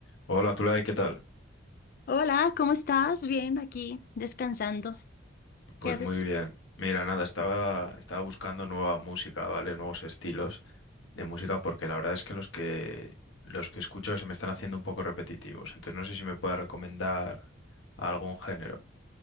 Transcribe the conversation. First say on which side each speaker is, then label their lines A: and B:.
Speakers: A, on the left (about 75°); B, on the left (about 50°).
A: Hola, Zulay, ¿qué tal?
B: Hola, ¿cómo estás? Bien, aquí descansando.
A: Pues
B: ¿Qué haces?
A: muy bien. Mira, nada, estaba, estaba buscando nueva música, ¿vale? Nuevos estilos de música, porque la verdad es que los que los que escucho se me están haciendo un poco repetitivos. Entonces no sé si me puedes recomendar algún género.